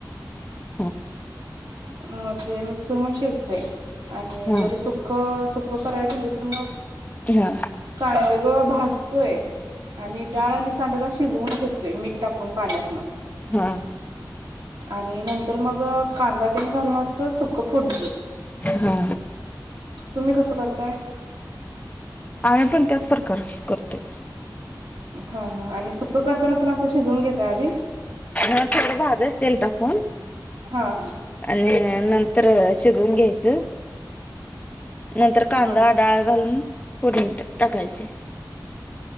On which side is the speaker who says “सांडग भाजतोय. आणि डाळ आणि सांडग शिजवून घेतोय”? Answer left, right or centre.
Right